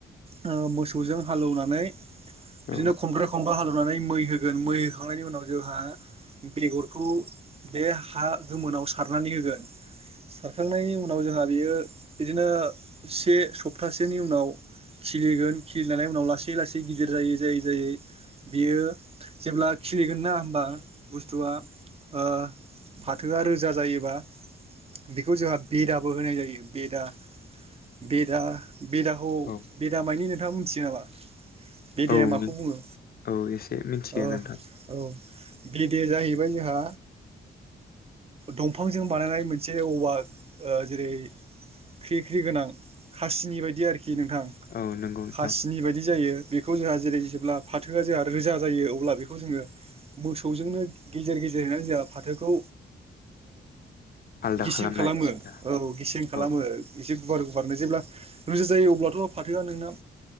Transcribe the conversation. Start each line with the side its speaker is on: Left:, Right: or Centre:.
Right: ओ मोसौजों हालेवनानै बिदिनो
Left: औ
Right: खमब्रै खनबा हालेव नानै मै होगोन, मै होखांनायनि उनाव जोंहा बेगरखौ बे हा गोमोनाव सारनानै होगोन सारखांनायनि उनाव जोंहा बेयो बिदिनो से सप्तासेनि उनाव खिलिगोन खिलिनानै उनाव लासै लासै गिदिर जायै जायै जायै बियो जेब्ला खिलिगोन ना होनबा बुस्थुआ ओ फाथोआ रोजा जायोबा बेखौ जोंहा बेदाबो होनाय जायो बेदा बेदा बेदाखौ
Left: औ
Right: बेदा मायनि नोंथां मिथियो नामा। बेेदाया
Left: औ
Right: माखौ बुङो
Left: औ एसे मिथियो
Right: औ
Left: नोंथां
Right: औ। बेदाया जाहैबाय जोंहा दंफांजों बानायनाय मोनसे। जेरै औवा जेरै ख्रि ख्रि गोनां हासिनि बायदि आरोखि। खि नोंथां
Left: औ नंगौ नोंथां
Right: हासिनि बायदि जायो। बेखौ जोंहा जेरै जेब्ला फाथोआ जोंहा रोजा जायो अब्ला बेखौ जोङो। मोसौजोंनो गेजेर गेजेरहैनानै जोंहा फाथोखौ।
Left: आलदा
Right: गेसें
Left: खालामनाय
Right: खालामो
Left: सुबिदा
Right: औ गेसें खालामो
Left: औ
Right: एसे गुवार गुवारनो जेब्ला। रोजा जायो अब्लाथ' फाथोआ नोंना